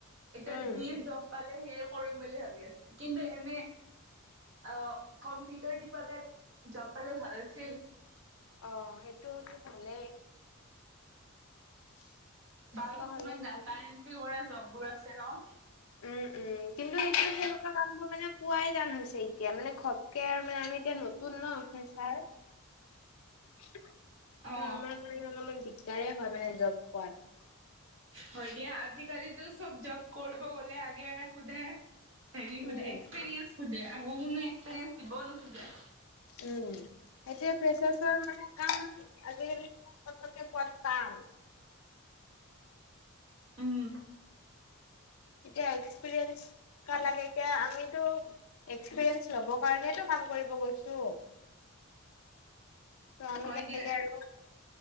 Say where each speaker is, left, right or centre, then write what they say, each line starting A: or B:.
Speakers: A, on the right; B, on the left.
A: এতিয়া
B: উম
A: যি জব পালে, সেয়ে কৰিম বুলি ভাবি আছো। কিন্ত এনে, অ' কম্পিউটাৰ তিপা তাত, জব পালে ভাল আছিল।
B: অ', সেইটোওতো ভালেই। <unintelligible>
A: বা কিছুমান
B: হলে ভাল
A: ডাটা এন্ট্ৰী কৰা জববোৰ আছে ন
B: উম, উম, কিন্তু টো তেনেকুৱা কাম বোৰ মানে পুৱোৱাই টান হৈছে এতিয়া, মানে ঘপকে আৰু মানে আমি এতিয়া নতুন ন ফিউচাৰ। ত'
A: অ
B: আমাৰ কাৰণে অলপমান দিগদাৰে হয় মানে জব পোৱাত।
A: হয় দিয়া, আজিকালিতো চব জব কৰিব গলে, আগে সোধে হেৰি
B: উম
A: সোধে, এক্সপিৰিয়েঞ্চ সোধে, আকৌ কোনো এক্সপিৰিয়েঞ্চ দিবও নোখোজে।
B: উম, এতিয়া ফ্ৰেচাৰছৰ মানে কাম, আজিকালি <unintelligible> পোৱা টান।
A: উম
B: এয়া এক্সপিৰিয়েনচ কেনেকুৱা লাগে এতিয়া আমিতো এক্সপিৰিয়েনচ লব কাৰণেটো কাম কৰিব গৈছো ত আমি
A: হয়
B: কেনেকে
A: দিয়া
B: আৰু